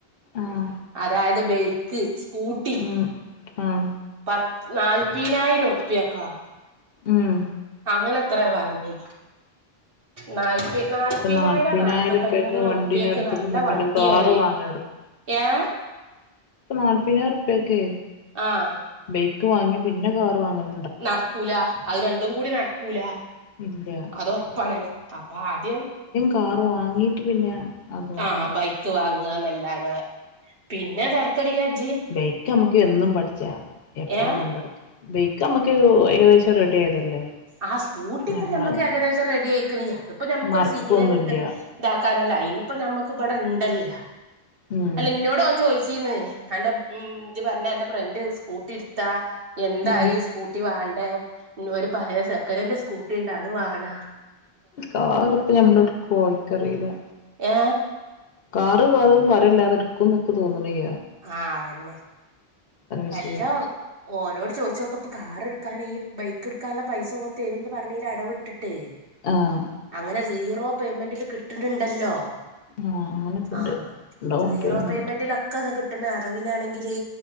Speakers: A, on the left (about 65°); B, on the right (about 60°).
A: ആഹ്
B: അതായത് ബൈക്ക് സ്കൂട്ടി
A: ഉം ഉം
B: പത്ത് നാൽപ്പതിനായിരം ഉറുപ്പ്യക്കാ
A: മം
B: ഓൻ എത്ര പറഞ്ഞന് നാല്പ് നാല്പ്പതിനായിരം
A: ഇപ്പൊ നാല്പതിനായിരം
B: നാല്പത്തയ്യായിരം
A: ഉറുപ്പ്യക്ക് വണ്ടി
B: ഉറുപ്പ്യക്കെ
A: ഞാൻ എടുത്തിട്ടുണ്ടെങ്കിൽ
B: നല്ല വണ്ടിയാണ്
A: പിന്നെ കാറ് വാങ്ങല്
B: ഏ
A: നാൽപതിനായിരം റുപ്പിയൊക്കെ
B: ആ
A: ബൈക്ക് വാങ്ങി പിന്നെ കാർ വാങ്ങല
B: നടക്കൂല അത് രണ്ടും കൂടി നടക്കൂല
A: ഇല്ല
B: അത് ഉറപ്പാണ് അപ്പോ ആദ്യം
A: കാർ വാങ്ങീട്ട് പിന്നെ അത് വാങ്ങാ
B: ആ ബൈക്ക് വാങ്ങുക എന്നല്ലാതെ പിന്നെ ചെറുക്കൻ വിചാരിച്ച്
A: ബൈക്ക് നമുക്ക് എന്നും പഠിച്ചാ എപ്പഴും
B: ഏ
A: കൊണ്ടുക്ക. ബൈക്ക് നമ്മുക്ക് ഏകദേശം റെഡി ആയതല്ലേ
B: ആ സ്കൂട്ടി ഇപ്പോ
A: ഞമ്മള്
B: ഞമ്മക്ക് ഏകദേശം റെഡി ആയിക്കണ് അതിപ്പോ നമ്മക്കൊരു
A: മറക്കൊന്നുല്ല
B: സിഗ്നൽ ഇട്ട് ഇതാക്കാനല്ല അയിനിപ്പോ നമ്മക്ക് ഇവിടെ ഉണ്ടല്ലോ
A: ഉം
B: അല്ല ഇന്നോടും അവൻ ചോയിച്ചീന്ന് എന്റെ ഉം ഇജ് പറഞ്ഞ എന്റെ ഫ്രണ്ട് സ്കൂട്ടി എടുത്താ എന്തായി
A: ഉം
B: സ്കൂട്ടി വേണ്ടേ ഒരു പഴയ സെക്കൻഡന്റെ സ്കൂട്ടി ഉണ്ട് അത് വേണാ
A: കാർ ഇപ്പോ ഞമ്മടെ കോയിക്കറിലാ
B: ഏ
A: കാറ് കാറന്നു പറയല്ലേ അതെടുക്കുന്ന് എനിക്ക് തോന്നുന്നില്ല
B: ആഹ് അതന്നെ
A: വിഷയം
B: എല്ലോം ഓനോട് ചോദിച്ച് നോക്ക് ഇപ്പോ കാർ എടുക്കാന് ഈ ബൈക്ക് എടുക്കാനുള്ള പൈസ ഓൻ തരുന്ന് പറഞ്ഞില്ലേ ഇടവിട്ട് ട്ട്
A: ആഹ്
B: അങ്ങനെ സീറോ പേയ്മെന്റില് കിട്ടണുണ്ടല്ലോ
A: ആഹ് അങ്ങനൊക്കെ ഉണ്ട്
B: ആ
A: ഡൗൺ
B: സീറോ
A: പേയ്മെന്റ്
B: പേയ്മെന്റിലൊ ഇക്ക് അത് കിട്ടണ അടവിനാണെങ്കില്